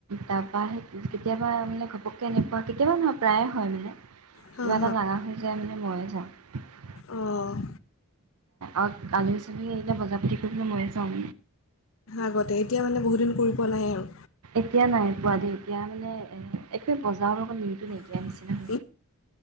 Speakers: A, on the right; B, on the left.
A: তাৰপৰা সেই কেতিয়াবা মানে ঘপককৈ এনেকুৱা কেতিয়াবা প্ৰায়ে হয় মানে।
B: হাঁ
A: কিবা এটা লাগা হৈ যায় মানে মই <unintelligible>
B: অ',
A: অ', আলহী চালহি আহিলে বজাৰ পাতি কৰিবলৈ মইয়ে যা <unintelligible>
B: আগতে এতিয়া মানে বহুতদিন কৰি পোৱা নাই আৰু।
A: এতিয়া নাই পোৱা দেই এতিয়া মানে একে বজাৰৰ লগত
B: <unintelligible>
A: নিচিনা হৈ গ'ল।